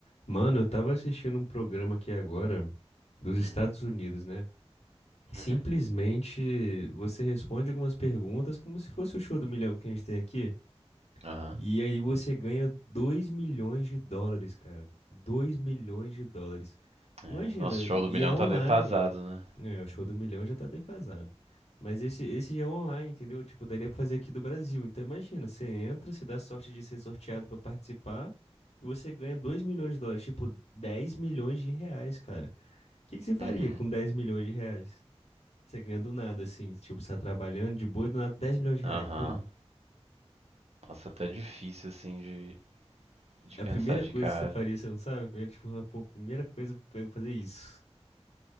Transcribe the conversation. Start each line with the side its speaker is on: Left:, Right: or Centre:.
Left: Mano, eu tava assistindo um programa aqui agora dos Estados
Right: Hum,
Left: Unidos, né? E Simplesmente
Right: uhum,
Left: você responde algumas perguntas como se fosse o show do milhão que a gente tem aqui.
Right: aham.
Left: E aí você ganha 2 milhões de dólares, cara. 2 milhões de dólares.
Right: É,
Left: Imagina,
Right: nosso show
Left: e
Right: do
Left: e
Right: milhão
Left: é online.
Right: tá defasado, né?
Left: É, o show do milhão já tá defasado. Mas esse, esse já é online, entendeu? Tipo, daria pra fazer aqui do Brasil. Então imagina, você entra, você dá sorte de ser sorteado pra participar e você ganha 2 milhões de dólares, tipo 10 milhões de reais, cara. O que que você faria
Right: Uhum,
Left: com 10 milhões de reais? Você ganha do nada, assim, tipo, você tá trabalhando de boa, e do nada dez milhões de reais.
Right: aham.
Left: Pum.
Right: Nossa, até difícil assim de, de
Left: A
Right: pensar
Left: primeira
Right: de
Left: coisa
Right: cara.
Left: que você faria, você não sabe? Primeiro, tipo, pô, primeira coisa pra eu fazer isso.